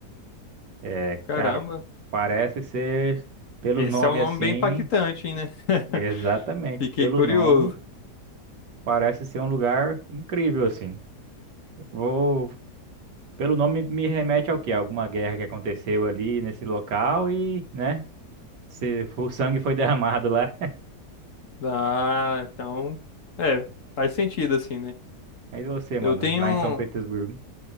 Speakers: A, on the right; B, on the left.
A: É,
B: Caramba,
A: cara, parece ser pelo
B: esse
A: nome
B: é um nome
A: assim,
B: bem impactante, hein, né? <laughs>
A: exatamente,
B: Fiquei
A: pelo
B: curioso.
A: nome, parece ser um lugar incrível assim. Vou, Pelo nome me remete ao quê? Alguma guerra que aconteceu ali nesse local e, né? Se o sangue foi derramado lá.
B: Ah, então, é, faz sentido assim, né?
A: <laughs> Aí você, mano,
B: Eu tenho,
A: lá em São Petersburgo,